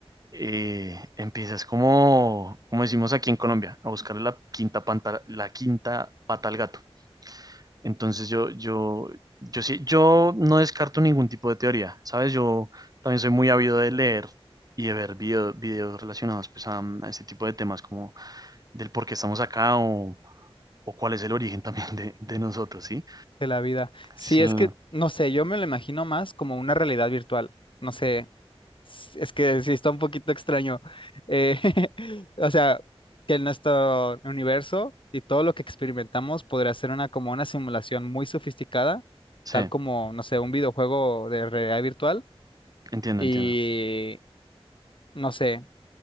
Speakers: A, on the right (about 40°); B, on the left (about 55°).
A: eh, empiezas como, como decimos aquí en Colombia, a buscar la quinta, panta- la quinta pata al gato. Entonces yo, yo, yo sí, yo no descarto ningún tipo de teoría, ¿sabes? Yo también soy muy ávido de leer y de ver video- videos relacionados pues a, a este tipo de temas como del por qué estamos acá o, o cuál es el origen <laughs> también de, de nosotros, ¿sí?
B: de la vida. Sí,
A: Sí,
B: es que, no sé, yo me lo imagino más como una realidad virtual. No sé, s- es que sí está un poquito extraño. Eh, <laughs> o sea, que nuestro universo y todo lo que experimentamos podría ser una como una simulación muy sofisticada,
A: sí,
B: tal como, no sé, un videojuego de realidad virtual.
A: entiendo,
B: Y
A: entiendo.
B: no sé.